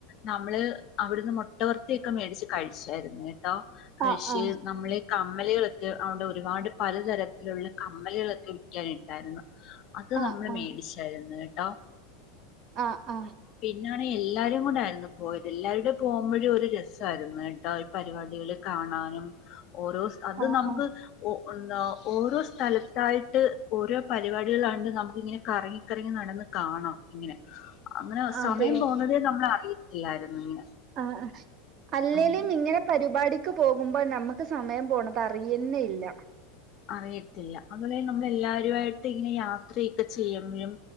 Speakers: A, on the left (about 50°); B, on the right (about 45°).
A: നമ്മള് അവിടുന്ന് മൊട്ടവർത്തിയൊക്കെ മേടിച്ച് കഴിച്ചായിരുന്നു കേട്ടോ കഴിച്ച്
B: ആ ആ
A: നമ്മള് കമ്മലുകളൊക്കെ അവടെ ഒരുപാട് പലതരത്തിലുള്ള കമ്മലുകളൊക്കെ വിക്കാനിട്ടായിരുന്നു. അത്
B: ആ
A: നമ്മള്
B: ആ
A: മേടിച്ചായിരുന്നു കേട്ടോ
B: ആഹ് ആഹ്
A: പിന്നാണേ എല്ലാരും കൂടായാരുന്നു പോയത് എല്ലാരുടെ പോമ്പോഴ് ഒര് രസായിരുന്നുട്ടൊ പരിപാടികള് കാണാനും ഓരോസ് അത്
B: ആ
A: നമുക്ക്
B: ആ
A: ഒ എന്താ ഓരോ സ്ഥലത്തായിട്ട് ഓരോ പരിപാടികളാണ്ട് നമുക്ക് ഇങ്ങനെ കറങ്ങിക്കറങ്ങി നടന്ന് കാണാം ഇങ്ങനെ അങ്ങനെ സമയം
B: അതെ
A: <unintelligible> നമ്മള അറിയിത്തില്ലാരുന്നു ഇങ്ങനെ
B: ആഹ് അല്ലേലും
A: ഉം
B: ഇങ്ങനെ പര്പാടിക്ക് പോകുമ്പോ ഞമ്മക്ക് സമയം പോണ ട്ടറിയന്നെല്ല.
A: അറിയത്തില്ല അതുപോലെ നമ്മള് എല്ലാരുവായിട്ട് ഇങ്ങനെ യാത്രയൊക്കെ ചെയ്യ്മ്പയും